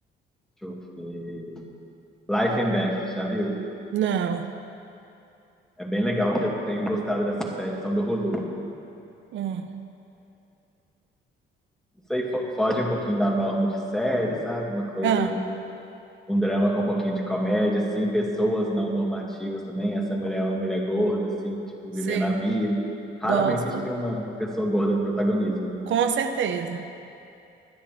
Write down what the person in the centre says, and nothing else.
Deixa eu ver. Life and Beth, já viu?
É bem legal que eu tenho gostado dessa série, são do Hulu.
Isso aí fo- foge um pouquinho da norma de série, sabe? Uma coisa,
um drama com um pouquinho de comédia, assim, pessoas não normativas também. Essa mulher é uma mulher gorda, assim, tipo,
vivendo a vida. Raramente
a gente tem uma pessoa gorda no protagonismo, né?